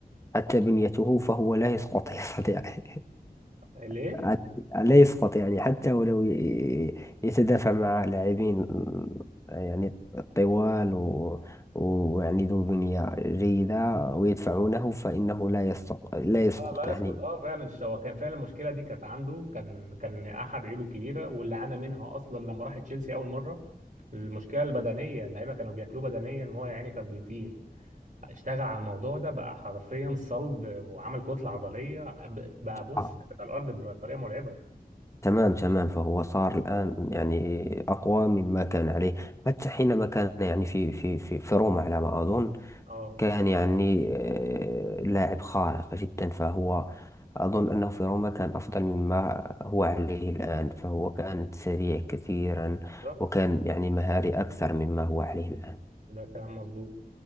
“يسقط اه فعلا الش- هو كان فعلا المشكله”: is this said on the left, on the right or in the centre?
Right